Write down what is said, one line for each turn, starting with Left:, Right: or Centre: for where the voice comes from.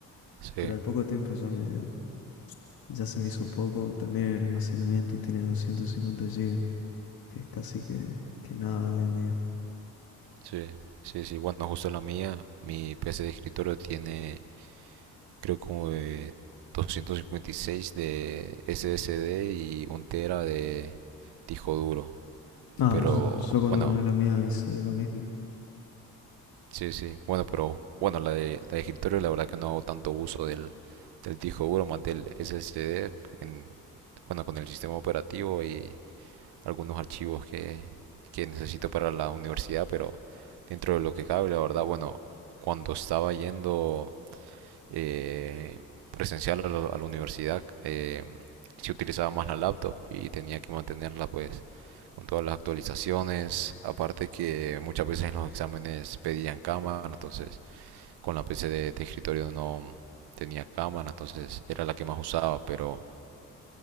Right: sí,
Left: pero al poco tiempo ya me, ya se me hizo poco, también el almacenamiento tiene 250 gigas, que es casi que, que nada hoy en día.
Right: sí, sí, sí. Bueno, justo la mía, mi PC de escritorio tiene creo como de 256 de SSD y un tera de disco duro.
Left: Ah,
Right: Pero
Left: yo, yo cuando
Right: bueno,
Left: gané la mía hice lo mismo.
Right: sí, sí. Bueno, pero bueno, la de, la de escritorio la verdad que no hago tanto uso del, del disco duro más del SSD en, bueno, con el sistema operativo y algunos archivos que, que necesito para la universidad, pero dentro de lo que cabe, la verdad, bueno, cuando estaba yendo eh, presencial a, la- a la universidad, eh, sí utilizaba más la laptop y tenía que mantenerla pues con todas las actualizaciones, aparte que muchas veces en los exámenes pedían cámara, entonces con la PC de, de escritorio no tenía cámara, entonces era la que más usaba, pero